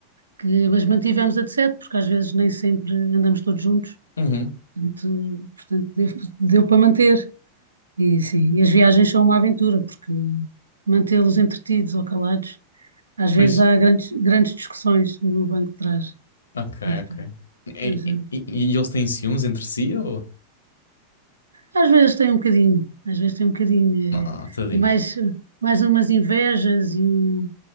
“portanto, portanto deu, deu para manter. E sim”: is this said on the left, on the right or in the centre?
Right